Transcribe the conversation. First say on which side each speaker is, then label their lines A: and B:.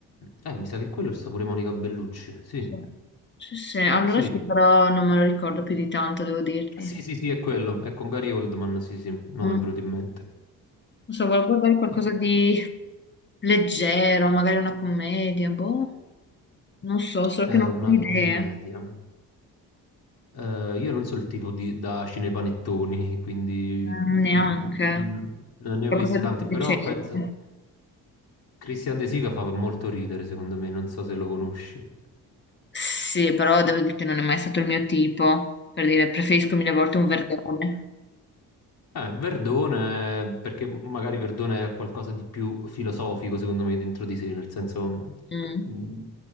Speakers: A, on the left (about 70°); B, on the left (about 30°).
A: Eh, mi sa che quello sta pure Monica Bellucci, sì,
B: Sì, sì, sì. allora
A: sì.
B: sì, però non me lo ricordo più di tanto, devo dirti.
A: Sì, sì, sì, è quello, è con Gary Oldman, sì, sì, il nome
B: Mm.
A: è venuto in mente.
B: Non so, volevo guardare qualcosa
A: E-
B: di leggero, magari una commedia, boh. Non so, solo
A: È
B: che non
A: una
B: ho idea.
A: commedia. Eh, io non so il tipo di, da cinepanettoni, quindi
B: Mm, Neanche.
A: mm, mm, non ne
B: Qualcosa
A: ho visti
B: di
A: tanti,
B: più
A: però
B: decente.
A: penso Christian De Sica fa molto ridere, secondo me, non so se lo conosci.
B: Sì, però devo dire che non è mai stato il mio tipo. Per dire, preferisco mille volte un verdone.
A: Eh, Verdone, perché magari Verdone ha qualcosa di più filosofico, secondo me, dentro di sé, nel senso,
B: Mm.
A: mm,